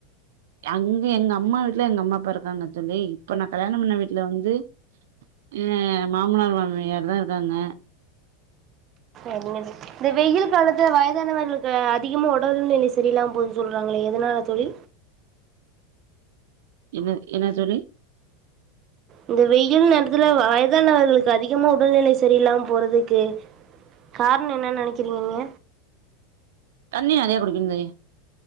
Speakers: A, on the right; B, on the right.
A: அங்கே எங்க அம்மா வீட்டுல எங்க அம்மா அப்பா இருக்காங்க தோழி இப்ப நா கல்யாணம் பண்ண வீட்டுல வந்து ஏ மாமனார் மாமியார் தான் இருக்காங்க
B: ஏதோ ஒன்னு இந்த வெயில் காலத்துல வயதானவர்களுக்கு அதிகமா உடல் நிலை சரியில்லாம போதுன்னு சொல்றாங்களே எதனால தோழி
A: என்ன என்ன தோழி
B: இந்த வெயில் நேரத்துல வயதானவர்களுக்கு அதிகமா உடல்நிலை சரியில்லாம போறதுக்கு. காரணம் என்ன நினைக்கிறீங்க நீங்க
A: தண்ணி நெறையா குடிக்கணும் தோழி